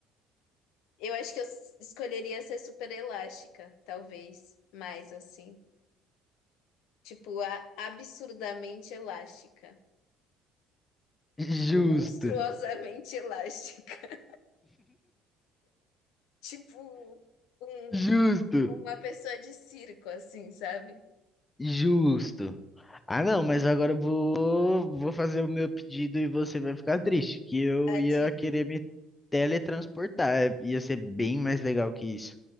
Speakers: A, on the left; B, on the left.
A: Eu acho que eu s- escolheria ser super elástica, talvez. Mais assim. Tipo, a- absurdamente elástica.
B: <laughs>
A: Tipo,
B: Justo,
A: monstruosamente <laughs> elástica. Tipo, um-
B: justo,
A: uma pessoa de circo, assim, sabe?
B: justo. Ah, não, mas agora eu vou, vou fazer o meu pedido e você vai ficar triste, que eu
A: A
B: ia
A: diga.
B: querer me teletransportar, ia ser bem mais legal que isso.